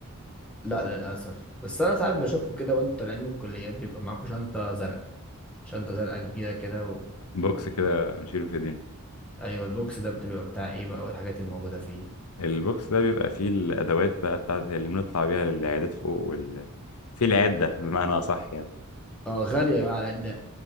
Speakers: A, in the centre; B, on the left.
A: لا للأسف بس أنا ساعات بشوفكم كده وأنتوا طالعين من الكليات بيبقى معاكم شنطة زرقاء شنطة زرقاء كبيرة كده و...
B: بوكس
A: و...
B: كده بنشيله في ايدينا
A: أيوة البوكس ده بتبقى بتاع إيه بقى والحاجات الموجودة فيه
B: البوكس ده بيبقى فيه الادوات بقى بتاعت اللي بنطلع بيها للعيادات فوق وال في العدة بمعنى أصح يعني
A: أه غالية بقى على قد